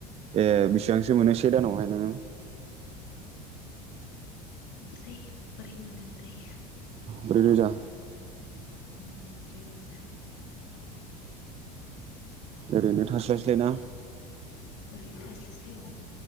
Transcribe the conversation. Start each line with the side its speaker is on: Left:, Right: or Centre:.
Right: ए बिसिबांसो मोनो से दानावहाय नोङो
Left: <inaudible> बै ब्रै मोनो ब्रै
Right: ब्रैरोजा
Left: उम ब्रैरोजा
Right: ओरैनो थास्लायस्लायना
Left: ओरैनो थास्लायस्लाय औ